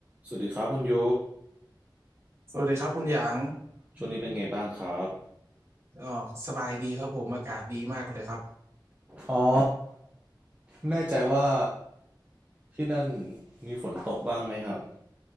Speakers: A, on the right; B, on the right.
A: สวัสดีครับคุณโย
B: สวัสดีครับคุณหยาง
A: ช่วงนี้เป็นไงบ้างครับ
B: อ๋อสบายดีครับผมอากาศดีมากเลยครับ
A: อ๋อไม่แน่ใจว่าที่นั่นมีฝนตกบ้างไหมครับ